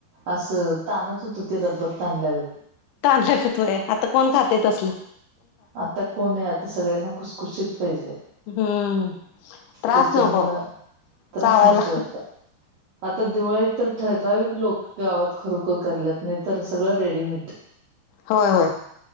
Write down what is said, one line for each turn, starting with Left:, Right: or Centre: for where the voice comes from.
Right: असं ताणत होतं ते रब्बर ताणल्या गत.
Left: तानल्यागत होय, आता कोण खाते तसलं?
Right: आता कोण नाही, आता सगळ्यांना खुसखुशीत पाहिजे.
Left: हम्म. त्रास
Right: त्याच्यामुळं
Left: नको
Right: त्रास
Left: चावायला.
Right: नको आता आता दिवाळी तर ठराविक लोक गावात खरोखर कराल्यात नाही तर सगळं रेडीमेट.
Left: होय होय.